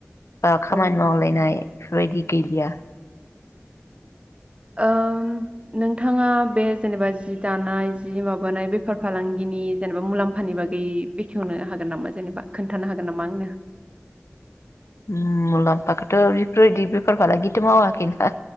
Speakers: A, on the left (about 80°); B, on the right (about 25°).
A: बा खामानि
B: औ
A: मावलायनाय बेफोरबायदि गैलिया
B: ओम, नोंथाङा बे जेनेबा जि दानाय जि माबानाय बेफार फालांगिनि जेनेबा मुलाम्फानि बागै बेखेवनो हागोन नामा जेनेबा खोन्थानो हागोन नामा आंनो?
A: ओम, मुलाम्फाखौथ' बेफोरबायदि बेफार फालांगिथ' मावाखैना